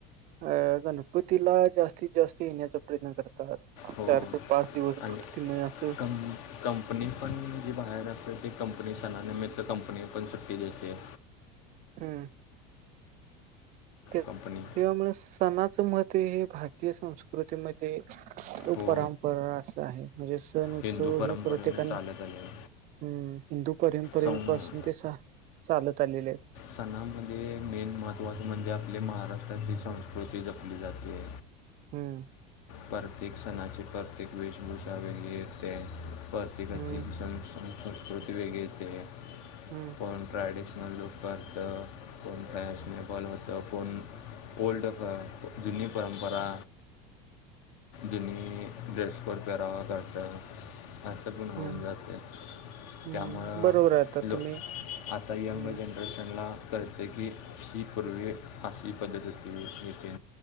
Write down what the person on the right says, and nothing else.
अ गणपतीला जास्तीत जास्त येण्याचा प्रयत्न करतात.
चार ते पाच दिवस
भक्तीमय असं.
हम्. ट्याव्मुळे
सणाचं महत्त्व हे भारतीय संस्कृतीमध्ये. तो
परंपरा असा आहे म्हजे सण उत्सव
हे प्रत्येकन
हम्म
हिंदू परंपरे
पासून ते चालत आलेले आहेत.
हम्म.
हम्म
हम्म.
हम्म
हम्म
बरोबर आहे आता
तुम्ही
हम्म